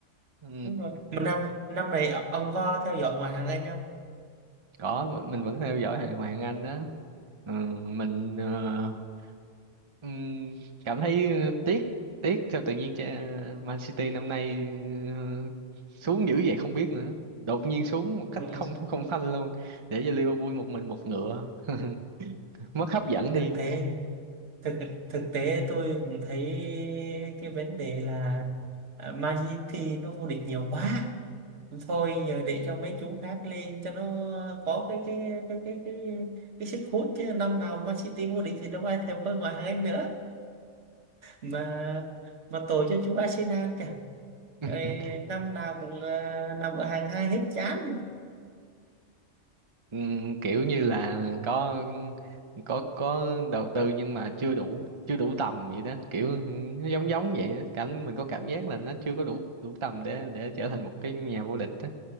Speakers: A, on the right; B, on the right.
A: ừ,
B: đúng rồi mà năm năm này ông có theo dõi ngoại hạng Anh không
A: có vẫn- mình vẫn theo dõi hàng Hoàng Anh Anh đó ừ, mình ờ, ừm, cảm thấy ờ, tiếc tiếc theo tự nhiên cho Man City năm nay ờ, xuống dữ vậy không biết nữa đột nhiên xuống một cách
B: ừ.
A: không không phanh luôn để cho Liverpool một mình một ngựa <laughs> mất hấp dẫn đi
B: thực tế thực thực tế tôi cũng thấy cái vấn đề là à, Man City nó vô địch nhiều quá thôi giờ để cho mấy chú khác lên cho nó có cái cái cái cái cái, cái sức hút chứ năm nào Man City vô địch thì đâu ai thèm coi ngoại hạng Anh nữa mà mà tội cho chú Arsenal kìa
A: <laughs>
B: Trời, năm nào cũng à, nằm ở hàng hai hết chán
A: Ừm, kiểu như là có có có đầu tư nhưng mà chưa đủ chưa đủ tầm vậy đó kiểu nó giống giống vậy đó. cảm mình có cảm giác là nó chưa có đủ đủ tầm để để trở thành một cái nhà vô địch đó.